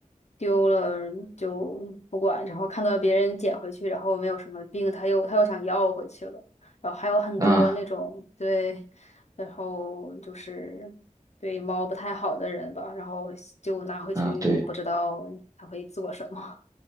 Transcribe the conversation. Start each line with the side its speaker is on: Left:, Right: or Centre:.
Left: 丢了就不管，然后看到别人捡回去，然后没有什么病，他又他又想要回去了，然后还有很多那种对，
Right: 啊
Left: 然后就是对猫不太好的人吧，然后就拿回去也不知道他会做什么。
Right: 啊，对，